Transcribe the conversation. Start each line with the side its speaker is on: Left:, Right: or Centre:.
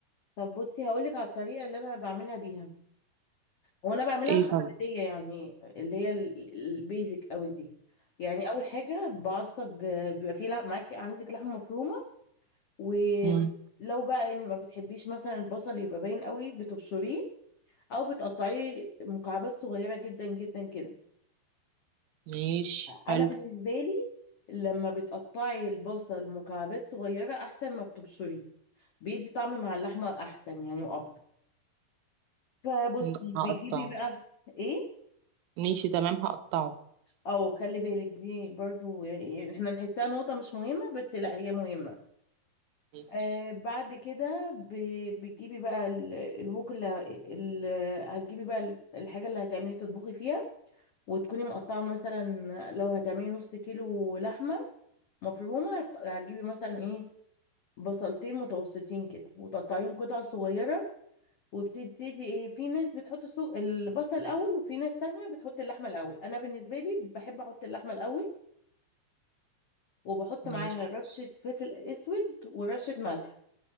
Left: طب بصي هقولك على الطريقه اللي انا بعملها بيها هو انا بعملها
Right: ايه
Left: التقليديه
Right: طيب
Left: يعني اللي هي البيزك قوي دي يعني اول حاجه بعصج آه، بيبقى في لح- معاكي عندك لحمه مفرومه ولو
Right: مم.
Left: بقى يعني ما بتحبيش مثلا البصل يبقى باين قوي بتبشريه او بتقطعيه مكعبات صغيره جدا جدا كده
Right: ماشي
Left: انا
Right: حلو
Left: بالنسبه لي لما بتقطعي البصل مكعبات صغيره احسن ما بتبشريه بيدي طعم مع اللحمه احسن يعني وافضل فبصي
Right: مم،
Left: بتجيبي
Right: هقطعه
Left: بقى ايه
Right: ماشي تمام هقطعه
Left: او خلي بالك دي برضو يعني احنا نحسها نقطه مش مهمه بس لا هي مهمه
Right: ماشي
Left: آه بعد كده ب- بتجيبي بقى ال- الوك اللي ه- ال- هتجيبي بقى ال- الحاجه اللي هتعملي تطبخي فيها وتكوني مقطعه مثلا لو هتعملي نص كيلو لحمه مفرومه هت- هتجيبي مثلا ايه بصلتين متوسطين كده وتقطعيهم قطع صغيرة وبتبتدي ايه في ناس بتحط الصو... البصل الأول وفي ناس تانية بتحط اللحمة الأول أنا بالنسبة لي بحب أحط اللحمة الأول وبحط معاها
Right: ماشي
Left: رشة فلفل أسود ورشة ملح